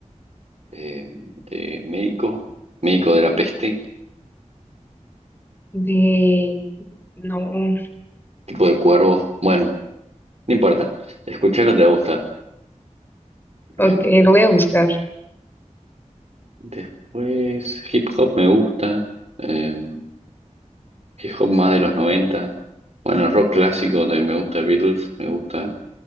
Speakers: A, on the right; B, on the left.
A: eh, de médico, médico de la peste,
B: de- No,
A: tipo de cuervo. Bueno, no importa, escucharlo te va a gustar.
B: ok,
A: Eh,
B: lo voy a buscar.
A: después, hip hop me gusta. Eh, Hip hop más de los 90. Bueno, rock clásico, también me gusta Beatles, me gusta